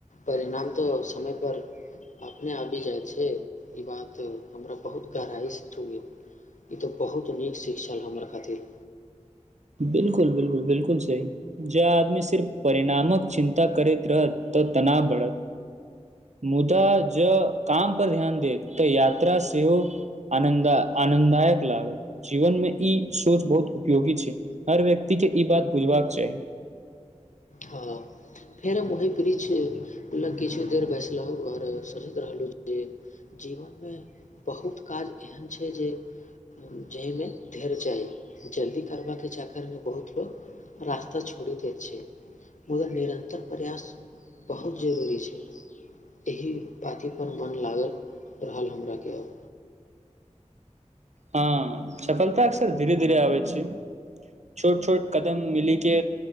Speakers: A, on the left; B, on the right.
A: परिणाम तऽ समय पर अपने आबि जाइ छै ई बात तऽ हमरा बहुत गहराइसँ चुनयो ई तऽ बहुत नीक शीख छल हमर खातिर
B: बिल्कुल बिल्कुल बिल्कुल सही जे आदमी सिर्फ परिणामक चिन्ता करैत रहत तऽ तनाव बढ़त मुदा जँ काम पर ध्यान दे तऽ यात्रा सेहो आनन्द आनन्ददायक लागत जीवन मे ई सोच बहुत उपयोगी छै हर व्यक्ति के ई बात बुझबाक चाही
A: हँ फेर हम ओही वृक्ष लग किछ देर बैसलहुँ ओर सोचैत रहलहुँ जे जीवनमे बहुत काज एहन छै जे जाहिमे धैर्य चाही जल्दी करबाके चकरमे बहुत लोक रास्ता छोड़ी दे छै मुदा निर अतर प्रयास बहुत जरूरी छै एहि बाती पर मन लागल रहल हमराके अब
B: हँ सफलता अक्सर धीरे धीरे आबै छै छोट छोट कदम मिली के